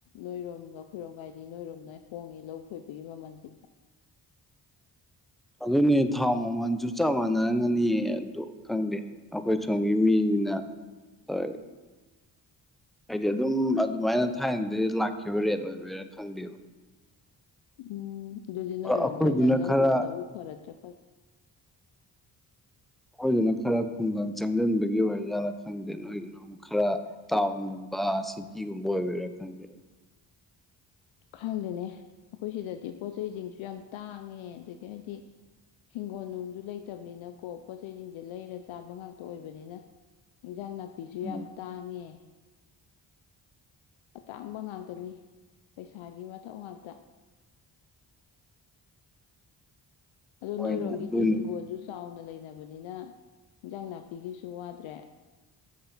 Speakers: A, on the left; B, in the centre.
A: ꯅꯣꯏꯔꯣꯝꯒ ꯈꯣꯏꯔꯣꯝꯒꯥꯏꯗꯤ ꯅꯣꯏꯔꯣꯝ ꯅꯣꯏ ꯍꯣꯡꯉꯤ ꯂꯧ ꯈꯣꯏꯕꯒꯤ ꯃꯃꯜꯁꯤꯗ
B: ꯑꯗꯨꯅꯦ ꯊꯥꯎ ꯃꯃꯜꯁꯨ ꯆꯞ ꯃꯥꯟꯅꯔꯝꯒꯅꯤ ꯑꯗꯨ ꯈꯪꯗꯦ ꯑꯩꯈꯣꯏ ꯁꯣꯝꯒꯤ ꯃꯤꯅ ꯇꯧ ꯍꯥꯏꯗꯤ ꯑꯗꯨꯝ ꯑꯗꯨꯃꯥꯏꯅ ꯊꯥꯏꯅꯗꯤ ꯂꯥꯛꯈꯤꯕ ꯔꯦꯠ ꯑꯣꯏꯕꯔꯥ ꯈꯪꯗꯦꯕ
A: ꯎꯝ ꯑꯗꯨꯗꯤ ꯅꯣꯏꯔꯣꯝꯗꯣꯏꯅ
B: ꯑꯩꯈꯣꯏꯗꯨꯅ
A: ꯂꯧ
B: ꯈꯔ
A: ꯎꯕꯗꯕꯨ ꯐꯔꯦ ꯀ
B: ꯅꯗꯨꯅ ꯈꯔ ꯈꯨꯡꯒꯪ ꯆꯪꯁꯤꯟꯕꯒꯤ ꯑꯣꯏꯔꯖꯥꯠꯂ ꯈꯪꯗꯦ ꯅꯣꯏꯗꯨꯅ ꯑꯃꯨꯛ ꯈꯔ ꯇꯥꯎꯟꯒꯨꯝꯕ ꯁꯤꯇꯤꯒꯨꯝꯕ ꯑꯣꯏꯒꯦꯔꯥ ꯈꯪꯗꯦꯗ
A: ꯈꯪꯗꯦꯅꯦ ꯑꯩꯈꯣꯏ ꯁꯤꯗꯗꯤ ꯄꯣꯠ ꯆꯩꯁꯤꯡꯁꯨ ꯌꯥꯝ ꯇꯥꯡꯉꯦ ꯑꯗꯒꯤ ꯍꯥꯏꯗꯤ ꯍꯤꯡꯒꯣꯜ ꯅꯨꯡꯁꯨ ꯂꯩꯇꯕꯅꯤꯅꯀꯣ ꯄꯣꯠ ꯆꯩꯁꯤꯡꯁꯦ ꯂꯩꯔ ꯆꯥꯕ ꯉꯥꯛꯇ ꯑꯣꯏꯕꯅꯤꯅ ꯏꯟꯖꯥꯡ ꯅꯥꯄꯤ ꯅꯨꯄꯤꯁꯨ
B: ꯎꯝ
A: ꯌꯥꯝ ꯇꯥꯡꯉꯦ ꯑꯇꯥꯡꯕ ꯉꯥꯛꯇꯅꯤ ꯄꯩꯁꯥꯒꯤ ꯃꯊꯧ ꯉꯥꯛꯇ ꯑꯗꯣ
B: ꯍꯣꯏꯅꯦ
A: ꯅꯣꯏꯔꯣꯝꯒꯤꯗꯤ
B: ꯑꯗꯨꯅꯤ
A: ꯍꯤꯡꯒꯣꯜꯁꯨ ꯆꯥꯎꯅ ꯂꯩ ꯊꯕꯅꯤꯅ ꯏꯟꯖꯥꯡ ꯅꯥꯄꯤꯒꯤꯁꯨ ꯋꯥꯗ꯭ꯔꯦ